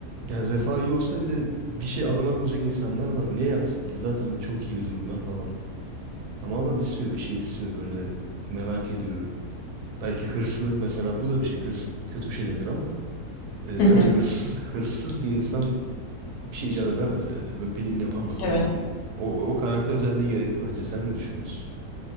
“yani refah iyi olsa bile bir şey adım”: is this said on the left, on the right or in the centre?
Right